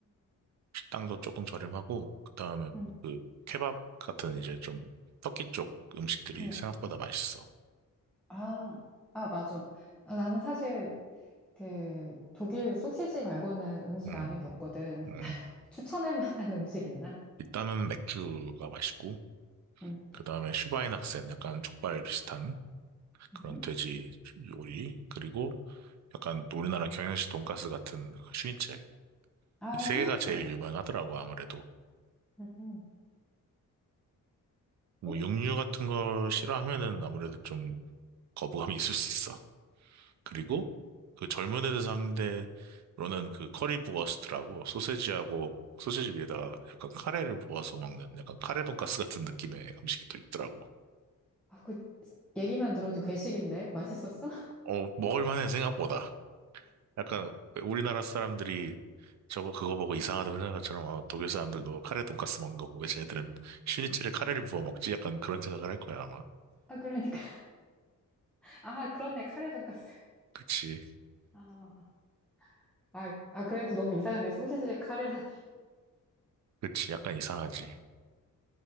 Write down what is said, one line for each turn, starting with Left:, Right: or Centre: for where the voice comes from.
Right: 식당도 조금 저렴하고, 그 다음에
Centre: 음,
Right: 그 케밥 같은 이제 좀 터키 쪽 음식들이
Centre: 음.
Right: 생각보다 맛있어.
Centre: 아, 아, 맞아. 아, 나는 사실 그 독일 소시지 말고는 음식
Right: 음,
Centre: 아는 게 없거든.
Right: 음.
Centre: <laughs> 다른 추천할 만한 <laughs> 음식 있나?
Right: 일단은 맥주가 맛있고,
Centre: 음.
Right: 그 다음에 슈바인학센, 약간 족발 비슷한 그런
Centre: 음.
Right: 돼지 요리, 그리고 약간 우리나라 경양식 돈가스 같은 그 슈니첼.
Centre: 아,
Right: 이 세
Centre: 슈니첼.
Right: 개가 제일 유명하더라고, 아무래도.
Centre: 음.
Right: 뭐,
Centre: 어?
Right: 육류 같은 거 싫어하면은 아무래도 좀 거부감이 있을 수 있어. 그리고 그 젊은 애들 상대로는 그 커리 부어스트라고 소세지하고 소세지 위에다가 약간 카레를 부어서 먹는 약간 카레 돈가스 같은 느낌의 음식이 또 있더라고.
Centre: 아, 그 얘기만 들어도 괴식인데 맛있었어? <laughs>
Right: 어, 먹을만해 생각보다. 약간 우리나라 사람들이 저거 그거 보고 이상하다고 생각한 것처럼 아, 독일 사람들도 카레 돈가스 먹는 거 보고 쟤네들은 슈니첼에 카레를 부어 먹지 약간 그런 생각을 할 거야 아마.
Centre: 아 그러니까 아 그러네 카레 돈까스.
Right: 그치,
Centre: 아, 아, 아 그래도 너무 이상한데 소시지에 카레라니.
Right: 그치, 약간 이상하지.